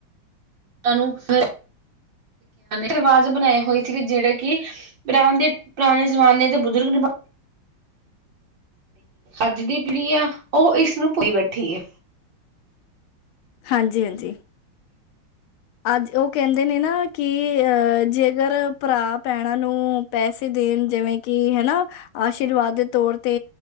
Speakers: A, on the right; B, on the left.
A: ਨੂੰਆ ਰਿਵਾਜ਼ ਬਣਾਏ ਹੋਏ ਸੀਗੇ ਜਿਹੜੇ ਕਿ <unintelligible> ਦੇ ਪੁਰਾਨੇ ਜ਼ਮਾਨੇ ਦੇ ਬਜ਼ੁਰਗ ਅੱਜ ਦੀ ਪੀੜੀ ਆ, ਉਹ ਇਸਨੂੰ ਭੂਲੀ ਬੈਠੀ ਏ।
B: ਹਾਂਜੀ-ਹਾਂਜੀ ਅੱਜ ਉਹ ਕਹਿਦੇ ਨੇ ਨਾ ਕਿ, ਅਹ ਜੇਗਰ ਭਰਾ ਭੈਣਾਂ ਨੂੰ ਪੈਸੇ ਦੇਨ ਜੇਵੇ ਕਿ ਹੇਨਾ, ਆਸ਼ੀਰਵਾਦ ਦੇ ਤੌਰ ਤੇ